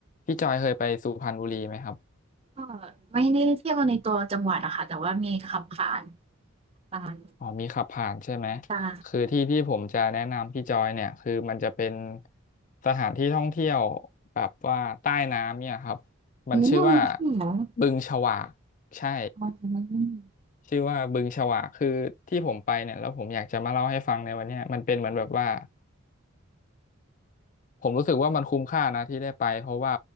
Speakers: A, on the left; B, on the right.
A: พี่จอยเคยไปสุพรรณบุรีไหมครับ
B: ็ไม่ได้เที่ยวในตัวจังหวัดอะค่ะแต่ว่ามีขับผ่านตาง
A: อ๋อมีขับผ่านใช่ไหม
B: ตา
A: คือที่ที่ผมจะแนะนำพี่จอยเนี่ยคือมันจะเป็นสถานที่ท่องเที่ยวแบบว่าใต้น้ำเนี่ยครับ
B: อืมมันที่หนอง
A: มันชื่อว่าบึงฉวากใช่
B: อืม
A: ชื่อว่าบึงฉวากคือที่ผมไปเนี่ยแล้วผมอยากจะมาเล่าให้ฟังในวันเนี้ยมันเป็นเหมือนแบบว่าผมรู้สึกว่ามันคุ้มค่านะที่ได้ไปเพราะว่า